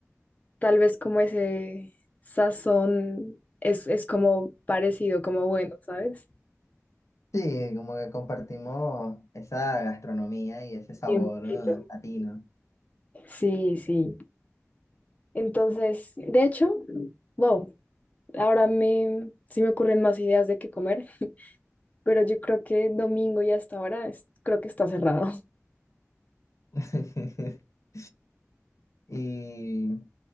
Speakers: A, on the left (about 30°); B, on the left (about 75°).
A: tal vez como ese sazón es, es como parecido, como bueno, ¿sabes?
B: Sí, como que compartimos esa gastronomía y ese sabor
A: Sí, un poquito.
B: eh, latino.
A: Sí, sí. Entonces, de hecho, wow, ahora me, sí me ocurren más ideas de qué comer, pero yo creo que domingo y hasta ahora es- creo que está cerrado. <laughs>
B: <laughs> Y